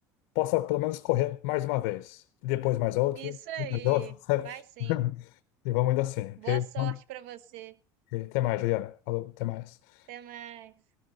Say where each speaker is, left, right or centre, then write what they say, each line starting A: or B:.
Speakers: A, on the left; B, on the right.
A: possa pelo menos correr mais uma vez, e depois mais outra,
B: Isso aí.
A: depois outra, <laughs> sabe?
B: Vai sim.
A: E vamos indo assim, ok?
B: Boa
A: Então,
B: sorte para você.
A: ok, Até mais, Juliana. Falou, até mais.
B: Até mais.